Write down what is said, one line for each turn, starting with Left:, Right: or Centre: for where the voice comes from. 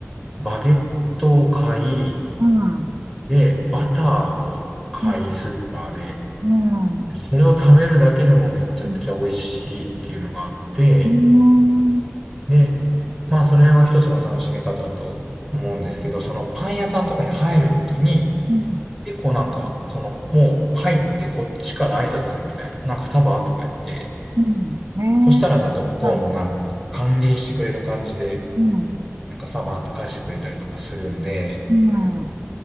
Centre: う、バゲットを買い、
Right: うん。
Centre: で、バターを買い、
Right: うん。
Centre: スーパーで。
Right: うん。
Centre: それを食べるだけでもめちゃくちゃ美味しいっていうのがあって、
Right: うん。うん。
Centre: で、まあそれは一つの楽しみ方と思うんですけど、そのパン屋さんとかに入るときに、
Right: うん。
Centre: 結構なんか、その、もう入ってこっちから挨拶するみたいな。なんかサバとか言って、
Right: うん
Centre: そしたらなんか向こうもなんか歓迎してくれる感じで、
Right: ねえ。はい。うん。
Centre: なんかサバって返してくれたりとかするんで、
Right: うん。